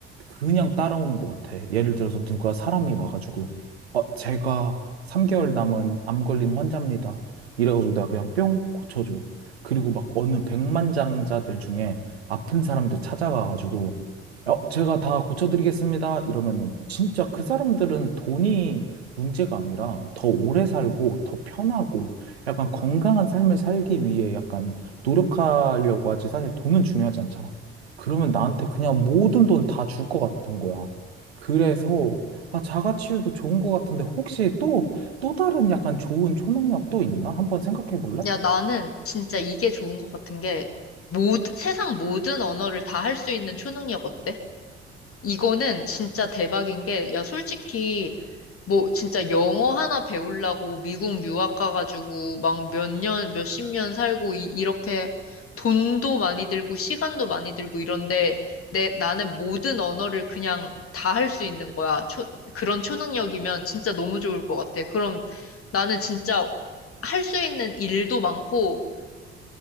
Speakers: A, on the right (about 75°); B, on the left (about 45°).
A: 그냥 따라오는 것 같아. 예를 들어서 누가 사람이 와가지고 어, 제가 3개월 남은 암 걸린 환자입니다. 이래가지고 내가 그냥 뿅 고쳐줘. 그리고 막 어느 백만장자들 중에 아픈 사람들 찾아가가지고, 어, 제가 다 고쳐드리겠습니다. 이러면은 진짜 그 사람들은 돈이 문제가 아니라 더 오래 살고 더 편하고 약간 건강한 삶을 살기 위해 약간 노력하려고 하지 사실 돈은 중요하지 않잖아. 그러면 나한테 그냥 모든 돈 다 줄 것 같은 거야. 그래서 아, 자가치유도 좋은 것 같은데 혹시 또, 또 다른 약간 좋은 초능력 또 있나? 한번 생각해 볼래?
B: 야, 나는 진짜 이게 좋은 것 같은 게, 모든, 세상 모든 언어를 다 할 수 있는 초능력 어때? 이거는 진짜 대박인 게, 야, 솔직히, 뭐, 진짜 영어 하나 배우려고 미국 유학 가가지고 막 몇 년, 몇십 년 살고, 이, 이렇게 돈도 많이 들고, 시간도 많이 들고 이런데, 내, 나는 모든 언어를 그냥 다 할 수 있는 거야. 초, 그런 초능력이면 진짜 너무 좋을 것 같아. 그럼 나는 진짜 할 수 있는 일도 많고,